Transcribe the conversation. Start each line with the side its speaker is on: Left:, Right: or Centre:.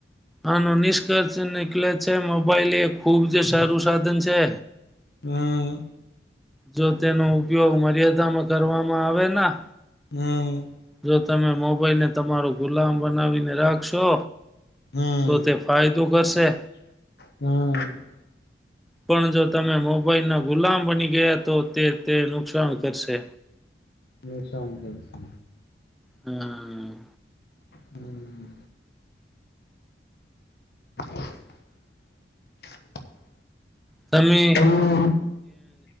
Centre: આનો નિષ્કર્ષ નીક્લે છે મોબાઈલ એ ખુબ જ સારું સાધન છે
Left: હમ્મ
Centre: જો તેનો ઉપયોગ મર્યાદામાં કરવામાં આવે ના
Left: હમ્મ
Centre: જો તમે મોબાઈલ ને તમારો ગુલામ બનાવીને રાખશો
Left: હમ
Centre: તો તે ફાયદો કરશે
Left: હમ
Centre: પણ જો તમે મોબાઈલ ના ગુલામ બની ગયા તો તે તે નુકસાન કરશે
Left: નુકશાન કરશે
Centre: હમ્મ.
Left: હમ્મ. <inaudible>
Centre: તમે
Left: છે હમ